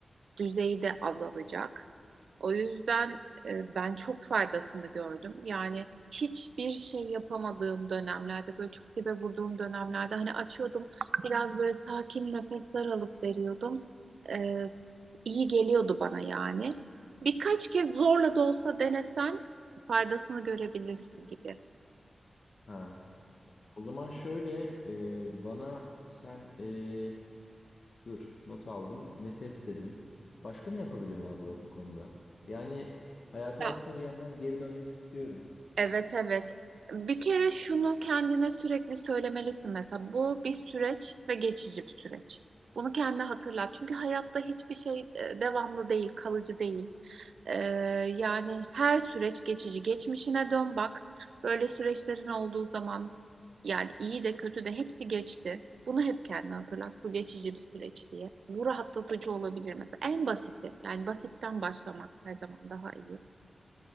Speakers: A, on the right (about 80°); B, on the left (about 60°).
A: düzeyi de azalacak. O yüzden e, ben çok faydasını gördüm. Yani hiçbir şey yapamadığım dönemlerde, böyle çok dibe vurduğum dönemlerde hani açıyordum, biraz böyle sakin nefesler alıp veriyordum. E, iyi geliyordu bana yani. Birkaç kez zorla da olsa denesen faydasını görebilirsin gibi.
B: Ha. O zaman şöyle e, bana sen e, dur not aldım nefes dedin. Başka ne yapabilirim abla bu konuda? Yani hayata
A: Ya
B: aslında bir yandan geri dönmek istiyorum.
A: Evet evet. Bir kere şunu kendine sürekli söylemelisin mesela. Bu bir süreç ve geçici bir süreç. Bunu kendine hatırlat. Çünkü hayatta hiçbir şey e, devamlı değil, kalıcı değil. Ee, yani her süreç geçici. Geçmişine dön bak. Böyle süreçlerin olduğu zaman yani iyi de kötü de hepsi geçti. Bunu hep kendine hatırlat. Bu geçici bir süreç diye. Bu rahatlatıcı olabilir mesela. En basiti. Yani basitten başlamak her zaman daha iyi.